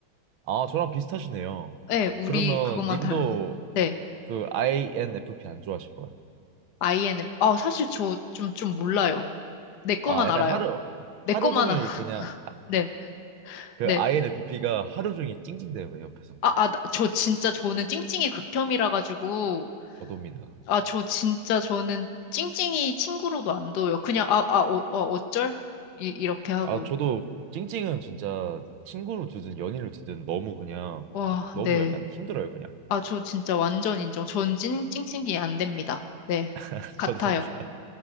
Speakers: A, on the right; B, on the left.
A: 아, 저랑 비슷하시네요.
B: 네, 우리
A: 그러면
B: 그것만
A: 님도
B: 다르네. 네.
A: 그 INFP 안 좋아하실 거예요.
B: INF. 아, 사실 저 좀, 좀 몰라요. 내 것만
A: 아, 약간
B: 알아요.
A: 하루 네.
B: 내
A: 하루
B: 것만,
A: 종일
B: 아, <laughs>
A: 그냥
B: 네,
A: 그
B: 네.
A: INFP가 하루 종일 찡찡대요, 그 옆에서.
B: 아, 아, 나- 저 진짜 저는 찡찡이 극혐이라 가지고,
A: 저도입니다.
B: 아, 저 진짜 저는 찡찡이 친구로도 안 둬요. 그냥, 아, 아, 어, 어, 어쩔? 이, 이렇게 하고.
A: 아, 저도 찡찡은 진짜 친구로 두든 연인으로 두든 너무 그냥
B: 와,
A: 너무
B: 네.
A: 약간 힘들어요, 그냥.
B: 아, 저 진짜 완전 인정. 전 찡, 찡찡이 안 됩니다. 네.
A: <laughs>
B: 같아요.
A: 저도입니다.